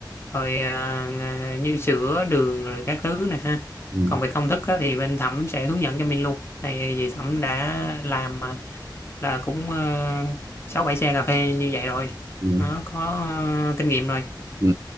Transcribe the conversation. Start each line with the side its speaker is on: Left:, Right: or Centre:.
Left: rồi à, à, như sữa đường rồi các thứ này ha
Right: ừ.
Left: còn về công thức á, thì bên Thẩm sẽ hướng dẫn cho mình luôn này vì Thẩm đã làm à, là cũng ờ, sáu bảy xe cà phê như vậy rồi
Right: ừ.
Left: nó có ờ, kinh nghiệm rồi
Right: Ừ.